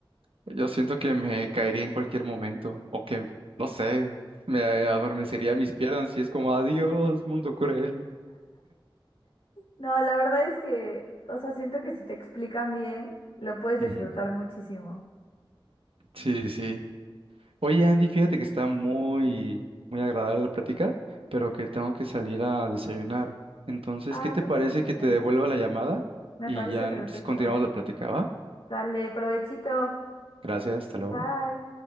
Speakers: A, on the right; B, on the left.
A: Yo siento que me caería en cualquier momento o que, no sé, me adormecería mis piernas y es como adiós, mundo cruel.
B: No, la verdad es que, o sea, siento que si te explican bien, lo puedes disfrutar
A: Ujú.
B: muchísimo.
A: Sí, sí. Oye, Andy, fíjate que está muy, muy agradable la plática, pero que tengo que salir a desayunar. Entonces,
B: Ay,
A: ¿qué te
B: no
A: parece
B: te preocupes.
A: que te devuelva la llamada
B: Me
A: y
B: parece
A: ya
B: perfecto.
A: n- continuamos la plática, va?
B: Dale, provechito.
A: Gracias, hasta luego.
B: Bye.